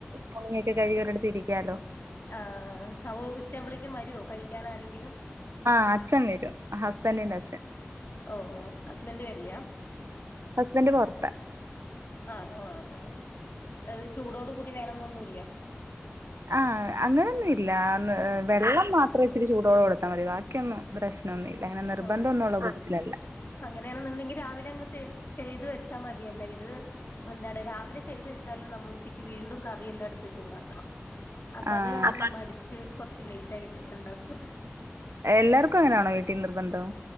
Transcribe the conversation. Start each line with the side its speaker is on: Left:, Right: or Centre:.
Right: പണിയൊക്കെ കഴിഞ്ഞോരിടത്തു ഇരിക്കലോ
Left: ആഹ് അപ്പൊ ഉച്ചമ്പളേക്കും വരുവോ കഴിക്കൻ ആരെങ്കിലും
Right: ആഹ് അച്ഛൻ വരും ഹസ്ബന്റിന്റെ അച്ഛൻ
Left: ഓ ഓ ഹസ്ബൻഡ് വരില്ല
Right: ഹസ്ബൻഡ് പുറത്താ
Left: ആണോ ആഹ് ആഹ് അത് ചൂടോട് കൂടി വേണം എന്നൊന്നുമില്ല
Right: ആഹ് അങ്ങനൊന്നും ഇല്ല വെള്ളം മാത്രേ ഇച്ചിരി ചൂടോള്ളം കൊടുത്താൽ മതി ബാക്കിയൊന്നും <unintelligible> ഒന്നുമില്ല അങ്ങനെ നിർബന്ധ
Left: ആഹ്
Right: ഒന്നുള്ള കൂട്ടത്തിലല്ല
Left: അങ്ങനെയാണെന്നുണ്ടെങ്കിൽ രാവിലെ അങ്ങ് ചെയ്തു വെച്ചാ മതിയല്ല ഇത് എന്താണ് രാവിലെ ചെയ്തു വെച്ചാലും നമ്മൾ ഉച്ചയ്ക്ക് വീണ്ടും കറിയെല്ലാം എടുത്ത് ചൂടാക്കണം. അപ്പൊ
Right: ആ
Left: അത് കാരണം മടിച്ച് കൊറച്ച് ലേറ്റ് ആയിട്ട് ഉണ്ടാക്കും
Right: എല്ലാർക്കും അങ്ങനാണോ വീട്ടീ നിർബന്ധം